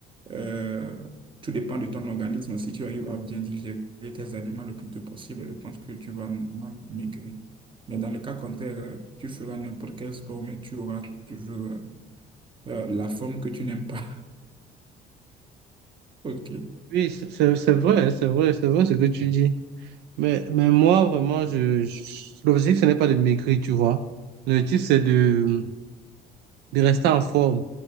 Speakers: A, on the right; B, on the right.
A: Euh, tout dépend de ton organisme. Si tu arrives à bien digérer tes aliments le plus tôt possible, je pense que tu vas normalement maigrir. Mais dans le cas contraire, euh, tu feras n'importe quel sport, mais tu auras toujours euh, euh, la forme que tu n'aimes pas. <laughs> OK.
B: Oui, c'est c'est- c'est vrai, c'est vrai, c'est vrai ce que tu dis. Mais, mais moi, vraiment, je, je- l'objectif, ce n'est pas de maigrir, tu vois. L'objectif, c'est de, de rester en forme